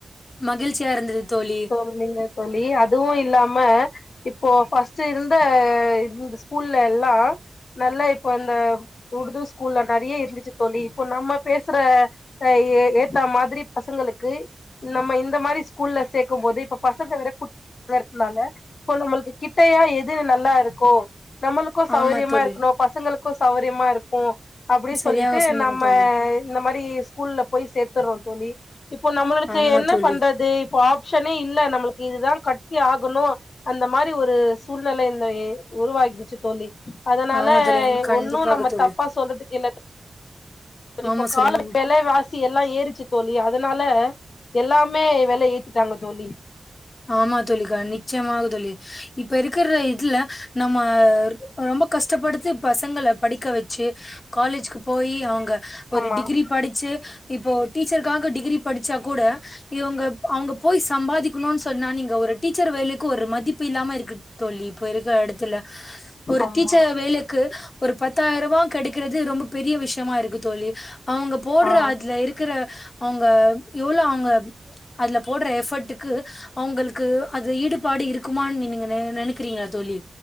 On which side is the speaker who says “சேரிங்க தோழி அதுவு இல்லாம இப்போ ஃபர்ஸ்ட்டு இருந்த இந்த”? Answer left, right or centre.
Left